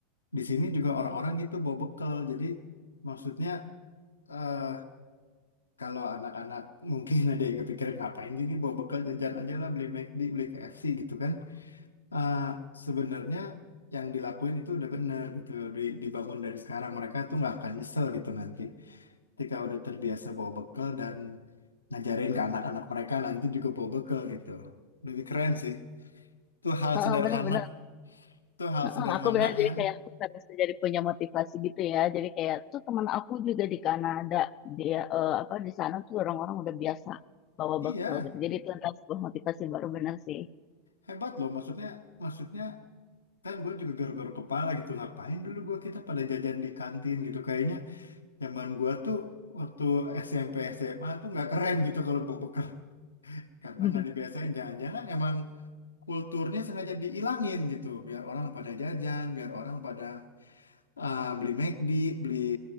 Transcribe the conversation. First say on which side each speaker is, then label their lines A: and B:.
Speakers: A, on the left; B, on the left.
A: Di sini juga orang-orang gitu bawa bekal. Jadi maksudnya eh kalau anak-anak mungkin <laughs> ada yang kepikiran ngapain sih ini bawa bekal jajan aja lah beli McD, beli KFC gitu kan. Ah, sebenarnya yang dilakuin itu udah bener gitu Di- dibangun dari sekarang mereka tuh nggak akan nyesel gitu nanti ketika udah terbiasa bawa bekal dan ngajarin ke anak-anak mereka nanti juga bawa bekal gitu lebih keren sih tuh hal
B: Heeh,
A: sederhana
B: bener-bener
A: tuh hal
B: Heeh,
A: sederhana
B: aku benar jadi
A: yang
B: kayak aku bisa jadi punya motivasi gitu ya. Jadi kayak tuh teman aku juga di Kanada dia eh, apa di sana tuh orang-orang udah biasa bawa
A: iya
B: bekal gitu. Jadi itu adalah sebuah motivasi baru benar sih.
A: hebat loh maksudnya maksudnya kan gue juga garuk-garuk kepala gitu ngapain dulu gue kita pada jajan di kantin gitu kayaknya zaman gue tuh waktu SMP SMA tuh nggak keren gitu kalau bawa bekal karena
B: <laughs>
A: nggak dibiasain jangan-jangan emang kulturnya sengaja diilangin gitu biar orang pada jajan biar orang pada ah, beli McD beli